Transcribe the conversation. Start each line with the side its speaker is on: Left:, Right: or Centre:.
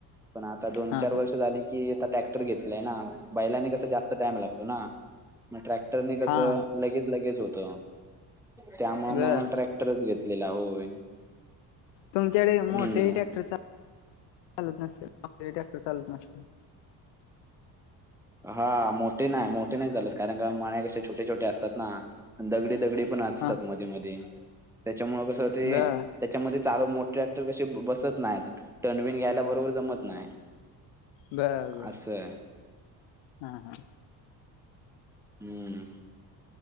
Centre: पण आता दोन
Left: हा
Centre: चार
Left: हा
Centre: वर्ष झाली की आता ट्रॅक्टर घेतलाय ना बैलांनी कस जास्त टाइम लागतो ना. मग ट्रॅक्टरने कसं
Left: हा
Centre: लगेच लगेच होत त्यामुळ
Left: बर
Centre: मग ट्रॅक् रच घेतलेला होय.
Left: तुमच्याकडे
Centre: हम्म
Left: मोठेही ट्रॅक्टर चालत नसतेे ट्रॅक्टर चालत नसते.
Centre: हा मोठे नाही मोठे नाही चालत कारण का मळे कसे छोटे छोटे असतात ना दगडी दगडी पण असचतात
Left: हा
Centre: मध्ये मध्ये त्याच्यामुळ कसं ते
Left: बर
Centre: त्याच्यामध्ये चालू मोठ ट्रॅक्टर कसे बसत नाहीत टर्नबिन घ्यायला बरोबर जमत नाही.
Left: बर बर
Centre: असं
Left: हा हा.
Centre: हुम्म